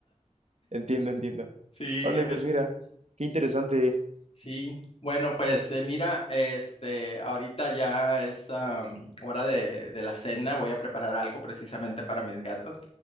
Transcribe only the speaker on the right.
Entiendo, entiendo.
Órale,
pues mira, qué interesante.